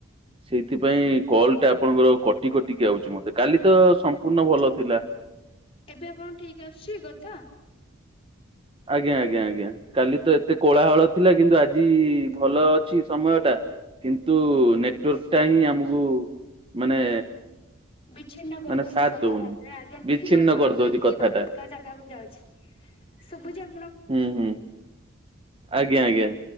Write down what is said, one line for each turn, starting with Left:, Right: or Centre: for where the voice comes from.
Right: ସେଇଥିପାଇଁ କଲଟା ଆପଣଙ୍କର କଟି କଟିକି ଆଉଛି ମତେ କାଲି ତ ସ ପୂର୍ଣ ଭଲ ଥିଲା।
Left: ଏବେ ଆପଣ ଠିକ ଆସୁଛି କଥା
Right: ଆଜ୍ଞା ଆଜ୍ଞା ଆଜ୍ଞା କାଲି ତ ଏତେ କୋଳାହଳ ଥିଲା କିନ୍ତୁ ଆଜି ଭଲ ଅଛି ସମୟ ଟା। କିନ୍ତୁ ନେଟୱାର୍କ ଟା ହିଁ ଆମକୁ ମାନେ
Left: ବିଛିନ୍ନ କରିଦଉଛି
Right: ମାନେ ସାଥ
Left: କଥାବାର୍ତ୍ତାାରେ
Right: ଦଉନି
Left: ଆଜ୍ଞା
Right: ବିଚ୍ଛିନ୍ନ
Left: ଠିକ୍ ଅଛି ମୁ
Right: କରିଦଉଛି
Left: ଟିକେ
Right: କଥାଟା
Left: ପ ଜାଗାକୁ ଯାଉଛି ସବୁଚି ଆପ
Right: ହୁଁ ହୁଁ ଆଜ୍ଞା ଆଜ୍ଞା